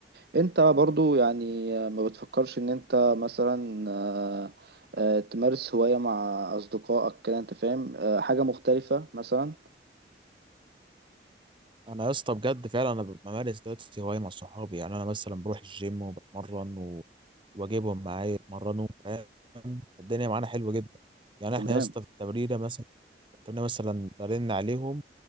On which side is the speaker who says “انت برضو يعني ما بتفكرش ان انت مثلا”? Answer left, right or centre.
Right